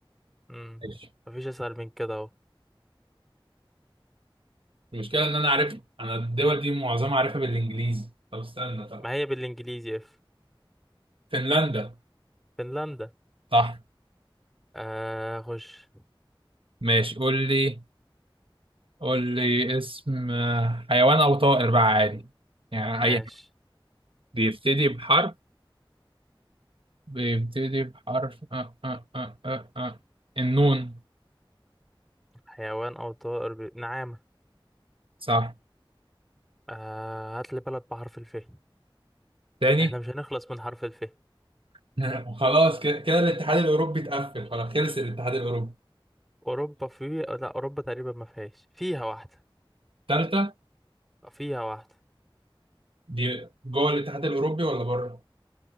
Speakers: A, in the centre; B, on the right.
A: امم
B: ماشي
A: مفيش أسهل من كده أهو
B: المشكلة إن أنا عارف أنا الدول دي معظمها عارفها بالإنجليزي طب استنى طب
A: ما هي بالإنجليزي اف
B: فنلندا
A: فنلندا
B: صح
A: آه خش
B: ماشي قول لي قول لي اسم آه، حيوان أو طائر بقى عادي يعني
A: ماشي
B: أي حاجة. بيبتدي بحرف بيبتدي بحرف أه أه أه أه أه. آه. النون
A: حيوان أو طائر ب... نعامة
B: صح
A: آه هات لي بلد بحرف الفيه
B: تاني
A: احنا مش هنخلص من حرف الف
B: <laughs> وخلاص كده كده الاتحاد الاوروبي اتقفل خلاص خلص الاتحاد الاوروبي
A: اوروبا في لا اوروبا تقريبا ما فيهاش فيها واحده
B: الثالثه
A: آه، فيها واحده
B: دي جوه الاتحاد الاوروبي ولا بره